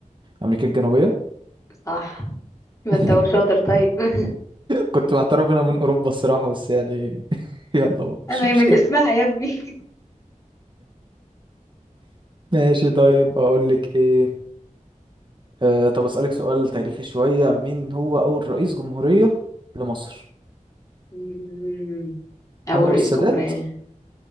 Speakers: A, on the right; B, on the left.
A: امريكا الجنوبيه
B: صح ما
A: <laughs>
B: انت هو شاطر طيب <laughs>
A: كنت بعترف انا من اوروبا الصراحه بس يعني <laughs> يلا بقى
B: أما
A: مش
B: هي
A: مشكله
B: من اسمها يا ابني
A: ماشي طيب اقول لك ايه آه طب اسالك سؤال تاريخي شويه مين هو اول رئيس جمهوريه لمصر
B: <laughs> مم، أول
A: انور
B: رئيس
A: السادات
B: جمهورية